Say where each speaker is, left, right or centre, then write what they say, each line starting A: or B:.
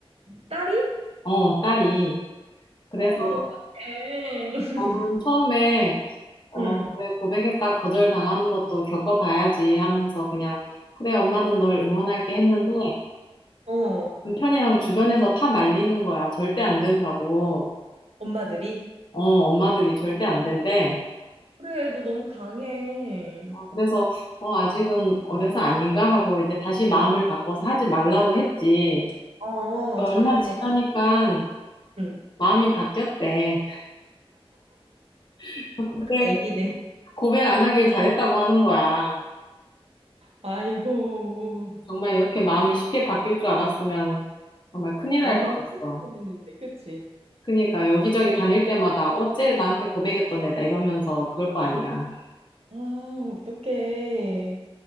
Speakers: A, on the right (about 80°); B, on the left (about 50°).
A: 딸이?
B: 어, 딸이. 그래서
A: 어, 어떡해. <laughs>
B: 나는 처음에 어
A: 응.
B: 그래 고백했다 거절당하는 것도 겪어봐야지 하면서 그냥 그래 엄마는 널 응원할게 했는데
A: 어,
B: 남편이랑 주변에서 다 말리는 거야 절대 안 된다고
A: 엄마들이.
B: 어 엄마들이 절대 안 된대
A: 그래, 너 너무 강해.
B: 어, 그래서 어 아직은 어려서 아닌가 하고 이제 다시 마음을 바꿔서 하지 말라고 했지
A: 어,
B: 얼마
A: 잘했네.
B: 지나니까
A: 응.
B: 마음이 바뀌었대 <laughs> 그때
A: 애기네.
B: 고백 안 하길 잘했다고 하는 거야.
A: 아이고,
B: 정말 이렇게 마음이 쉽게 바뀔 줄 알았으면 정말 큰일 날
A: 엄만
B: 뻔했어.
A: 크고 보냈는데, 그치?
B: 그러니까 여기저기 다닐 때마다 어째 나한테 고백했던 애다 이러면서 그럴 거 아니야.
A: 아, 어떡해.